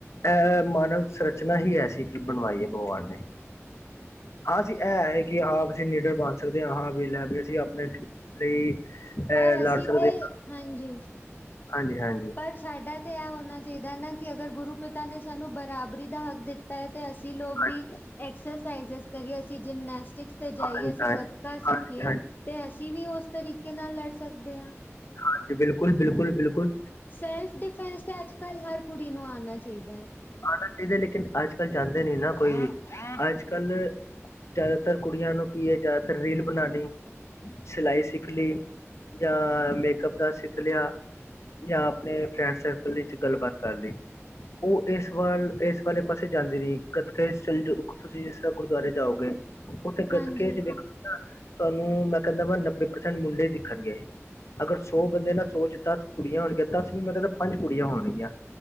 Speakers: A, on the left; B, on the left.
A: ਐ ਮਾਨਵ ਸਰਚਨਾ ਹੀ ਐਸੀ ਬਣਵਾਈ ਏ, ਭਗਵਾਨ ਨੇ। ਹਾਂ, ਅਸੀਂ ਐ ਹੈ ਕਿ ਹਾਂ, ਅਸੀਂ ਨੀਡਰ ਬਣ ਸਕਦੇ ਹਾਂ। ਹਾਂ, ਵੀ ਲੈ ਵੀ, ਅਸੀਂ ਆਪਣੇ ਲਈ
B: ਪਰ
A: ਐ ਲਾੜ
B: ਅਸੀਂ
A: ਸਕਦੇ।
B: ਤੇ ਹਾਂਜੀ।
A: ਹਾਂਜੀ -ਹਾਂਜੀ
B: ਪਰ ਸਾਡਾ ਤਾਂ ਇਹ ਹੋਣਾ ਚਾਹੀਦਾ ਨਾ, ਕਿ ਅਗਰ ਗੁਰੂ ਪਿਤਾ ਨੇ ਸਾਨੂੰ ਬਰਾਬਰੀ ਦਾ ਹੱਕ ਦਿੱ ਤਾ ਹੈ ਤੇ ਅਸੀਂ ਲੋਗ
A: ਹਾਂਜੀ
B: ਵੀ ਐਕਸਰਸਾਇਜਿਸ ਕਰੀਏ, ਅਸੀਂ ਜਿਮਨੈਸਟਿਕਸ ਤੇ
A: ਹਾਂਜੀ
B: ਜਾਈਏ ਅਸੀਂ
A: ਹਾਂਜੀ ਹਾਂਜੀ
B: ਗ ਕਾ ਸਿੱਖੀਏ,
A: ਹਾਂਜੀ,
B: ਤੇ ਅਸੀਂ ਵੀ ਉਸ ਤਰੀਕੇ ਨਾਲ ਲੜ ਸਕਦੇ ਹਾਂ।
A: ਹਾਂਜੀ, ਬਿਲਕੁਲ, ਬਿਲਕੁਲ, ਬਿਲਕੁਲ।
B: ਸੈਲਫ ਡਿਫੈਂਸ ਤੇ ਅੱਜ ਕਲ ਹਰ ਕੁੜੀ ਨੂੰ ਆਉਣਾ ਚਾਹੀਦਾ ਹੈ।
A: ਆਣਾ ਚਾਹੀਦਾ, ਲੇਕਿਨ ਅੱਜ ਕੱਲ ਜਾਂਦੇ ਨੀ ਨਾ ਕੋਈ ਵੀ, ਅੱਜ ਕੱਲ ਜ਼ਿਆਦਾਤਰ ਕੁੜੀਆਂ ਨੂੰ ਕੀਏ? ਜ਼ਿਆਦਾਤਰ ਰੀਲ ਬਣਾਉਣੀ ਸਿਲਾਈ ਸਿੱਖ ਲਈ, ਜਾਂ ਮੇਕਅਪ ਦਾ ਸਿੱਖ ਲਿਆ- ਜਾਂ, ਆਪਣੇ ਫਰੈਂਡ ਸਰਕਲ ਵਿੱਚ ਗੱਲਬਾਤ ਕਰ ਲਈ ਉਹ ਇਸ ਇਸ ਵਾਲੇ ਪਾਸੇ ਜਾਂਦੇ ਨ, ਗੱਤਕੇ ਚ ਚਲਜੋ, ਤੁਸੀਂ <unintelligible> ਗੁਰਦੁਆਰੇ ਜਾਓਗੇ ਉੱਥੇ
B: ਹਾਂਜੀ
A: ਗਤਕੇ ਚ ਵਖੋ ਨ ਤੁਹਾਨੂੰ ਮੈਂ ਕਹਿੰਦਾ, ਨੱਬੇ ਪ੍ਰਸੈਂਟ ਮੁੰਡੇ ਦਿਖਣਗੇ। ਅਗਰ ਸੌ ਬੰਦੇ ਨਾ, ਸੌ ਚ ਦਸ ਕੁੜੀਆਂ ਹੋਣਗੀਆਂ, ਦਸ ਵੀ ਮੈਂ ਕਹਿੰਦਾ, ਪੰਜ ਕੁੜੀਆਂ ਹੋਣਗੀਆਂ।